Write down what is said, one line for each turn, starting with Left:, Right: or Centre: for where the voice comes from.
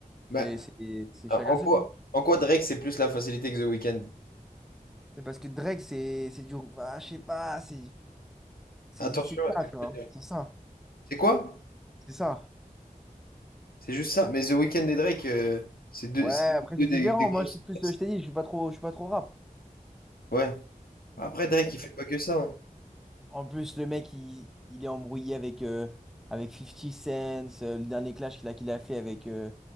Left: là.
Centre: Mais c'est c'est
Left: Ah,
Centre: chacun
Left: En
Centre: ses
Left: quoi,
Centre: choix.
Left: en quoi Drake, c'est plus la facilité que The Weeknd?
Centre: C'est parce que Drake, c'est c'est du. Ah, je sais pas, c'est c'est
Left: Attention
Centre: c'est
Left: à
Centre: ça,
Left: ce que
Centre: tu
Left: tu
Centre: vois.
Left: veux dire.
Centre: C'est ça,
Left: C'est quoi?
Centre: c'est ça.
Left: C'est juste ça. Mais The Weeknd et Drake, euh, c'est deux,
Centre: Ouais,
Left: c'est
Centre: après
Left: deux
Centre: c'est
Left: des,
Centre: différent.
Left: des grosses
Centre: Moi je suis
Left: superstars.
Centre: plus, je t'ai dit, je suis pas trop, je suis pas trop rap.
Left: Ouais. Après, Drake, il fait pas que ça. hein.
Centre: En plus, le mec, il, il est embrouillé avec, euh, avec Fifty Cent, euh, le dernier clash qu'il a, qu'il a fait avec... euh,